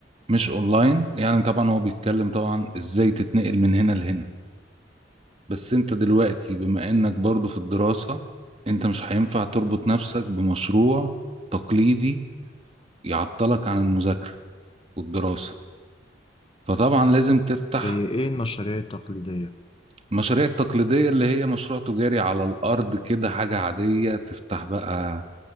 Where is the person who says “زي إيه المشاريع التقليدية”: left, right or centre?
Left